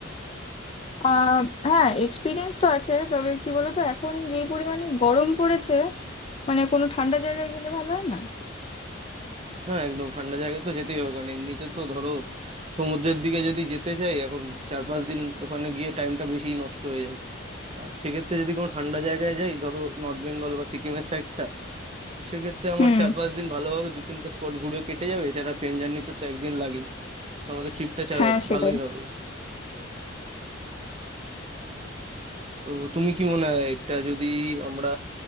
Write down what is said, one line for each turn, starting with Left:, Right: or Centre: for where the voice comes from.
Left: আহ হ্যাঁ এক্সপিরিয়েন্স তো আছে তবে কি বলতো এখন যে পরিমাণে গরম পড়েছে মানে কোনো ঠান্ডা জায়গায় গেলে ভালো হয় না
Right: হ্যাঁ একদম ঠান্ডা জায়গা তো যেতেই হবে কারণ এমনিতে তো ধরো সমুদ্রের দিকে যদি যেতে চাই এখন চার পাঁচ দিন ওখানে গিয়ে টাইমটা বেশি নষ্ট হয়ে যাবে আর সেক্ষেত্রে যদি কোনো ঠান্ডা জায়গায় যাই ধরো নর্থ বেঙ্গল বা সিকিমের সাইডটা সেক্ষেত্রে আমার
Left: হুম
Right: চার পাঁচ দিন ভালোভাবে দু তিনটা স্পট ঘুরে কেটে যাবে এছাড়া ট্রেন জার্নিতে তো একদিন লাগেই তো আমাদের ট্রিপটা
Left: হ্যাঁ সেটাই
Right: ভালোই হবে তো তুমি কি মনে হয় এটা যদি আমরা